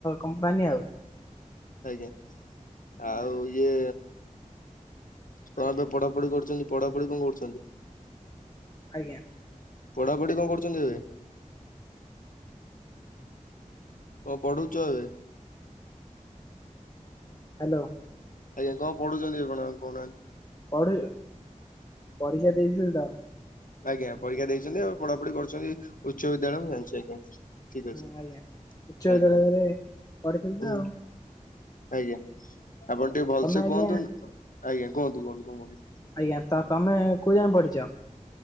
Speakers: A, on the left; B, on the left.
A: କମ୍ପାନୀ ଆଉ।
B: ଆଜ୍ଞା ଆଉ ଇଏ କଣ
A: ଆଜ୍ଞା।
B: ମ୍ ପାଇଁ ପଢ ପଢ଼ି କରୁଛନ୍ତି ପଢାପଢି କଣ କରୁଚନ୍ତି?
A: ଆଜ୍ଞା।
B: ପଢ଼ାପଢ଼ି କଣ କରୁଚନ୍ତି ଏବେ? କଣ ପଢୁଛ ଏବେ?
A: ହ୍ୟାଲୋ।
B: ଆଜ୍ଞା କଣ ପଢୁଚନ୍ତି ଆପଣ କହୁନାହାନ୍ତି?
A: ପଢୁବି ପରୀକ୍ଷା ଦେଇଥିଲ ତ।
B: ଆଜ୍ଞା ପରୀକ୍ଷା ଦେଇଛନ୍ତି ଆଉ ପଢାପଢି କରୁଛନ୍ତି ଉଚ୍ଚ ବିଦ୍ୟାଳୟ ମୁଁ ଜାଣିଛି ଆଜ୍ଞା। ଠିକ୍
A: ହଁ
B: ଅଛି
A: ଆଜ୍ଞା। ଉଚ୍ଚ ବିଦ୍ୟାଳୟରେ
B: ଆଜ୍ଞା
A: ପଢିଥିଲି ତ
B: ହୁଁ।
A: ଆଉ
B: ଆଜ୍ଞା ଆପଣ ଟିକେ ଭଲସେ
A: ତମେ ଆଜ୍ଞା
B: କୁହନ୍ତୁ ନ ଆଜ୍ଞା କୁହନ୍ତୁ କୁହନ୍ତୁ କୁଣ କୁହନ୍ଛନ୍ତି।
A: ଆଜ୍ଞା ତ ତମେ କୋଉ ଜାଣେ ପଢିଛ?